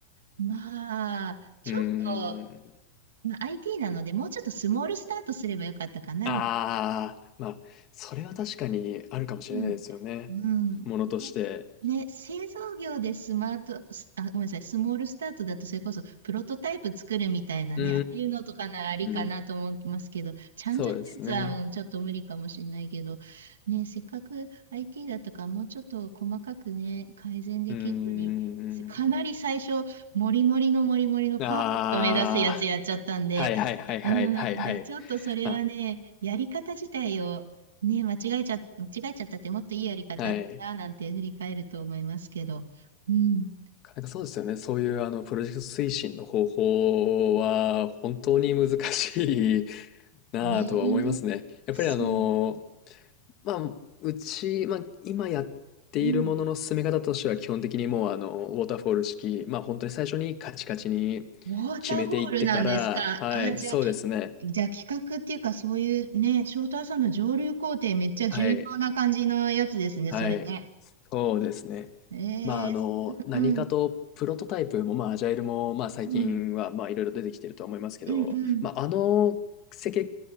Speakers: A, on the right; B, on the left.
A: まあ、ちょっと、
B: うーん。
A: まあ、IT なので、もうちょっとスモールスタートすればよかったかな、
B: ああ、
A: み
B: まあ、それは確かにあるかもしれないですよね。
A: うん。うん。
B: ものとして。
A: ね、ね、製造業でスマート、すあ、ごめんなさい、スモールスタートだとそれこそプロトタイプ作るみたいなね、
B: うー
A: ああいうのとかならありかなと思ってますけど、
B: ん、
A: ちゃんとしたやつはうんちょっと無理かもしれないけど、
B: そうですね。
A: ね、せっかく IT だったからもうちょっと細かくね、改善できるのに、
B: うーん。
A: せかなり最初、モリモリのモリモリのパーフェクト目指すやつやっちゃったんで、
B: ああ、はいはいはいはいはいはい。
A: うん、だ、ちょっとそれはね、
B: ま
A: やり方自体をね、間違えちゃ、間違えちゃったってもっといいやり方だったなんて振り返ると思いますけど。
B: あ、はい。
A: うん。
B: なんかそうですよね。そういうあのプロジェクト推進の方法は本当に難しい <laughs> なあとは思いますね。
A: ねえ。
B: やっぱりあの、
A: そう。
B: まあ、うち、まあ、今やっているものの進め方としては、
A: うん。
B: 基本的にもう、あの、ウォーターフォール式、まあ、本当に最初にカチカチに
A: ウォーターフォールなんですか。
B: 決めていってから、はい、
A: あ、じゃあ、
B: そうですね。
A: きじゃあ企画っていうかそういうね、翔太さんの上流工程めっちゃ重要な感じのやつですね、
B: はい。はい。
A: それね。
B: そうですね。
A: えー、
B: まあ、あの、何かとプロトタイプも、
A: うん、
B: まあ、アジャイルも、まあ、最近は、
A: うん、
B: まあ、いろいろ出てきてるとは思いますけど、
A: うん、うん、うん、
B: まあ、あの設計